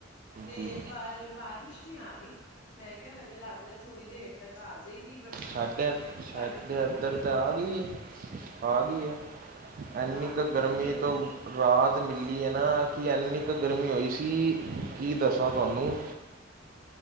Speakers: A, on the left; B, on the right.
A: ਤੇ
B: ਜੀ,
A: ਪਰ ਬਾਰਿਸ਼ ਨਹੀਂ ਆ ਰਹੀ ਮੈਂ ਕਿਹਾ ਹਜੇ ਲੱਗਦਾ ਥੋੜੀ ਦੇਰ ਤੱਕ ਆ ਜੇ ਗੀ ਬਰਸਾਤ
B: ਸਾਡੇ
A: ਤੁਹਾਡੇ
B: ਸਾਡੇ
A: ਉੱਧਰ ਹੋਗੀ
B: ਇੱਧਰ
A: ਏ?
B: ਤਾਂ ਆ ਗਈ ਆ ਗਈ ਹੈ ਐਨੀ
A: ਆ ਗਈ
B: ਕੁ
A: ਹੈ
B: ਗਰਮੀ
A: ਤੁਹਾਡੇ ਇੱਧਰ
B: ਤੋਂ ਰਾਹਤ ਮਿਲੀ ਹੈ ਨਾ ਕਿ ਐੰਨੀ ਕੁ ਗਰਮੀ ਹੋਈ ਸੀ ਕੀ ਦੱਸਾਂ ਤੁਹਾਨੂੰ।